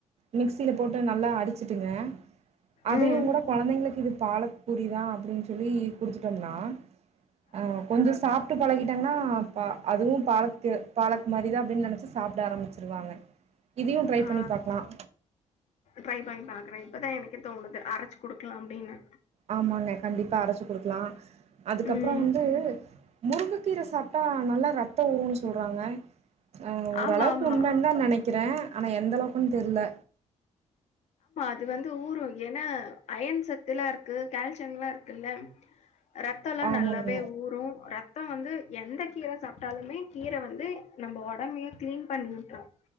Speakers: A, on the right; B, on the left.
A: மிக்சியில போட்டு நல்லா அடிச்சுட்டுங்க அதையு
B: ம்
A: கூட கொழந்தைங்களுக்கு இது பால பூரிதா அப்டின்னு சொல்லி குடுத்துட்டோம்னா ஆ கொஞ்சம் சாப்ட்டு பழகி என்னாப்பா அதுவும் பாலக்கு பாலக் மரிதா அப்படின்னு நெனைச்சு சாப்பிட ஆரம்பிச்சிருவாங்க இதையும் ட்ரை
B: ஆ
A: பண்ணி பாக்கலாம்
B: ட்ரை பண்ணி பாக்குறே இப்பதா எனக்கே தோணுது அரைச்சு குடுக்கலாம் அப்டின்னு
A: ஆமாங்க கண்டிப்பா அரைச்சு குடுக்கலா அதுக்கப்பற
B: ம்.
A: வந்து முருங்க க்கீரை சாப்ட்டா நல்லா ரத்த ஊருனு சொல்றாங்க ஆ ஓரளவுக்கு
B: ஆமா, ஆமா.
A: உண்மைன்னுதா நெனைக் க்கிறே ஆனா எந்த அளவுக்குன்னு தெரில
B: இது வந்து ஊரும் ஏன்னா அயன் சத்துல்லாம் இருக்கு கால்சியம்லா இருக்குல்ல ரத்தம் எல்லாம்
A: ஆமாங்க
B: நல்லாவே ஊரும் ரத் ரத்தம் வந்து எந்த கீர சாப்பிட்டாலுமே கீர வந்து நம்ம உடம்பையே கிளீன் பண்ணி விட்டும்